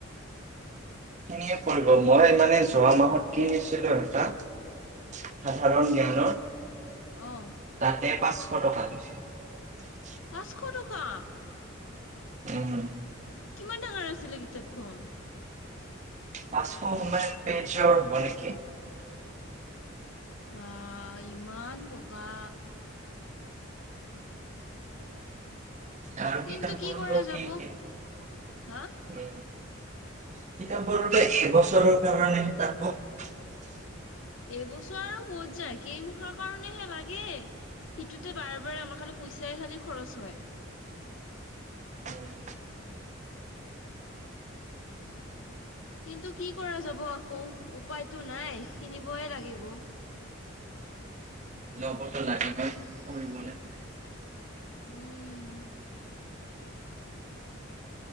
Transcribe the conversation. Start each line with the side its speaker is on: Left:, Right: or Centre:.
Right: কি কৰিব মই মানে যোৱা মাহত কিনছিলো এটা সাধাৰণ জ্ঞানৰ
Left: অ
Right: তাতে পাঁচশ টকা লৈছিল <unintelligible>
Left: পাঁচশ টকা
Right: উম হ
Left: কিমান ডাঙৰ আছিলে কিতাপখন
Right: পাঁচশ সমান পেজৰ হব নেকি?
Left: বা ইমান টকা
Right: আৰু
Left: কিন্তু
Right: কিতাপ
Left: কি
Right: পঢ়লো
Left: কৰা যাব
Right: কি দিম
Left: হা
Right: কিতাপ পঢ়লে এবছৰৰ কাৰণে তাপক
Left: এইবছৰ আৰু ক'ত যায় কেইমাহৰ কাৰণেহে লাগে সিটোতে বাৰে বাৰে আমাৰ খালে পইচাই খালি খৰচ হয়।
Right: উম,
Left: কিন্তু কি কৰা যাব আকৌ উপায়তো নাই কিনিবহে লাগিব।
Right: ল'বতো লাগিবই পঢ়িবলে হ'লে।
Left: উম